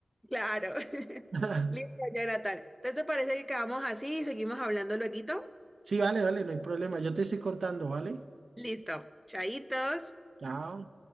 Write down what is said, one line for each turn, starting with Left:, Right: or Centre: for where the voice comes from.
Centre: Claro. <laughs>
Right: <laughs>
Centre: Listo, Jonathan. Entonces, ¿te parece que quedamos así y seguimos hablando lueguito?
Right: Sí, vale, vale, no hay problema. Yo te estoy contando, ¿vale?
Centre: Listo. Chaitos.
Right: Chao.